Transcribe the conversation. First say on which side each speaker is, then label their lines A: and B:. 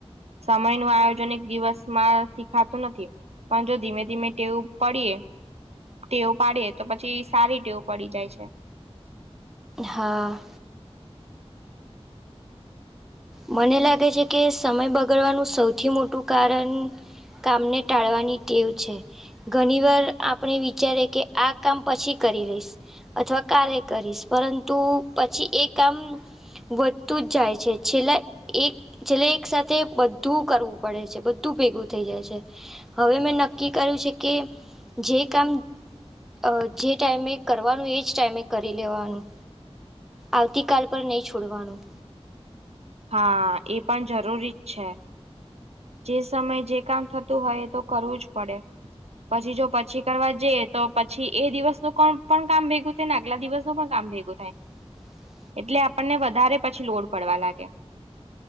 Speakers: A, on the right; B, in the centre.
A: સમય નું આયોજન એક દિવસમાં શીખાતું નથી. પણ જો ધીમે ધીમે ટેવું પડીએ ટેવું પાડીએ તો પછી સારી ટેવું પડી જાય છે.
B: હા મને લાગે છે કે સમય બગડવાનું સૌથી મોટું કારણ કામને ટાળવાની ટેવ છે. ઘણી વાર આપણે વિચારે કે આ કામ પછી કરી લઈશ. અથવા ક્ય કરીશ પરંતુ પછી એ કામ વધતું જ જાય છે. છેલ્લા એક છેલ્લા એક સાથે બધું કરવું પડે છે બધું ભેગું થઈ જાય છે. હવે મેં નક્કી કર્યું છે કે જે કામ અ જે ટાઈમે કરવાનું એ જ ટાઈમે કરી લેવાનું. આવતીકાલ પર નહીં છોડવાનું
A: હા એ પણ જરૂરી જ છે. જે સમયે જે કામ થતું હોય તો કરવું જ પડે. પછી જો પછી કરવા જઈ તો પછી એ દિવસનુંું કોણ પણ કામ ભેગું તેને આગલા દિવસ નું પણ કામ ભેગું થાય.
B: હ
A: એટલે આપણને વધારે પછી લોડ પડવા લાગે.